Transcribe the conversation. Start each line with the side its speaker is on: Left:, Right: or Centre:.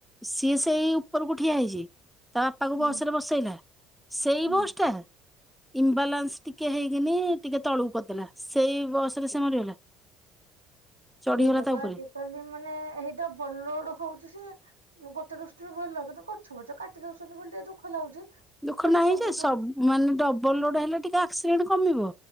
Centre: ସିଏ ସେଇ ଉପରକୁ ଠିଆ ହେଇଛି ତାପ ତାକୁ ବସ
Right: ହୁଁ
Centre: ରେ ବସେଇଲା। ସେଇ
Right: ହୁଁ
Centre: ବସ ଟା ଇମ୍ବାଲାନ୍ସ ଟିକେ ହେଇକିନି ଟିକେ ତଳକୁ କରିଦେଲା। ସେଇ ବସ ରେ ସେ ମରିଗଲା? ଚଢିଗଲା
Right: ସେଇଟାପା
Centre: ତା ଉପରେ
Right: ଆଜିକାଲି ମାନେ ହେଇଟା ଡବଲ ଲୋଡ ହଉଛି ସିନା ଗୋଟ ଦୃଷ୍ଟିରୁ ଭଲ। କିନ୍ତୁ ଗଛ ପଛ କାଟି ଦଉଛନ୍ତି ବୋଲି ଟିକେ ଦୁଃଖ ଲାଗୁଛି।
Centre: ଦୁଃଖ
Right: ମାନେ
Centre: ନାହିଁ
Right: ସବୁଠୁ
Centre: ଯେ ସବ ମାନେ ଡବଲ ରୋଡ ହେଲେ ଟିକେ ଆକ୍ସିଡେଣ୍ଟ କମିବ